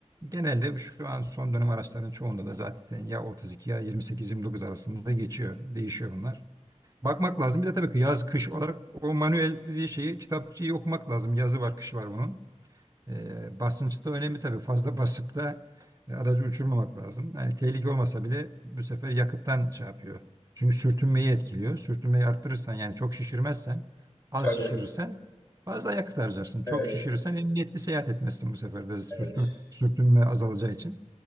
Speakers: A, on the right; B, on the left.
A: Genelde şu an son dönem araçların çoğunda da zaten ya 32 ya 28-29 arasında geçiyor. Değişiyor bunlar. Bakmak lazım. Bir de tabii ki yaz kış olarak o manuel dediği şeyi kitapçıyı okumak lazım. Yazı var kışı var bunun. Ee, basınç önemli tabii. Fazla basıp da e, aracı uçurmamak lazım. Yani tehlike olmasa bile bu sefer yakıttan şey yapıyor. Çünkü sürtünmeyi etkiliyor. Sürtünmeyi arttırırsan yani çok şişirmezsen az
B: tabii.
A: şişirirsen fazla yakıt harcarsın. Çok
B: Evet,
A: şişirirsen emniyetli seyahat etmezsin bu sefer de sürtün,
B: evet.
A: sürtünme azalacağı için.